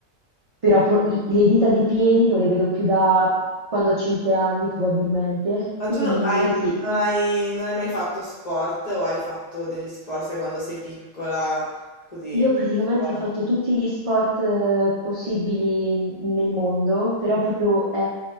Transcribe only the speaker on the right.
Però po- i- le dita dei piedi non le vedo più da quando ho 5 anni probabilmente.
Quindi
sì,
Io praticamente
ho fatto tutti gli sport eh, possibili n- nel mondo, però proprio è,